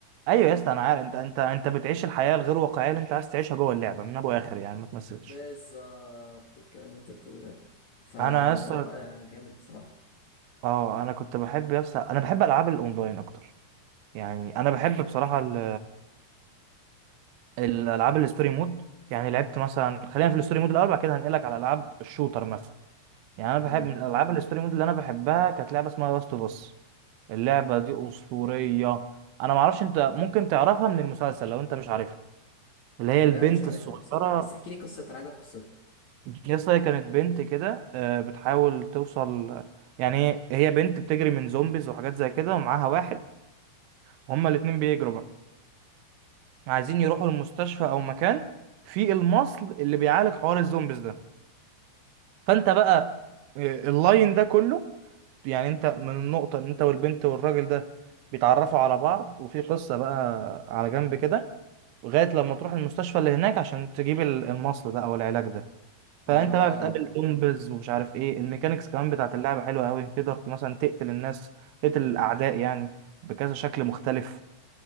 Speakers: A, on the right; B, on the left.
A: ايوه يا اسطى انا عارف انت انت انت بتعيش الحياه الغير واقعيه اللي انت عايز تعيشها جوه اللعبه من ابو اخر يعني ما تمثلش
B: بالظبط الكلام اللي انت بتقوله ده فالموضوع
A: انا يا اسطى
B: بقى جامد بصراحه
A: اه انا كنت بحب يا اسطى انا بحب العاب الاونلاين اكتر يعني انا بحب بصراحه ال- الالعاب الستوري مود يعني لعبت مثلا خلينا في الستوري مود الاول بعد كده هنقلك على العاب الشوتر مثلا يعني انا
B: امم
A: بحب من الالعاب الستوري مود اللي انا بحبها كانت لعبه اسمها لاست اوف اس اللعبه دي اسطوريه انا ما اعرفش انت ممكن تعرفها من المسلسل لو انت مش عارفها اللي هي
B: لا
A: البنت
B: مش عارفها
A: الصغيره
B: بصراحه بس احكي لي قصتها انا عايز اعرف قصتها
A: يس هي كانت بنت كده آه، بتحاول توصل يعني هي بنت بتجري من زومبيز وحاجات زي كده ومعاها واحد وهما الاتنين بيجروا بقى عايزين يروحوا المستشفى او مكان في المصل اللي بيعالج حوار الزومبيز ده فانت بقى آه، اللاين ده كله يعني انت من النقطة ان انت والبنت والراجل ده بيتعرفوا على بعض وفي قصة بقى على جنب كده لغاية لما تروح المستشفى اللي هناك عشان تجيب ال- المصل ده او العلاج ده
B: اه
A: فانت بقى بتقابل زومبيز ومش عارف ايه الميكانيكس كمان بتاعت اللعبه حلوه قوي تقدر ت- مثلا تقتل الناس تقتل الاعداء يعني بكذا شكل مختلف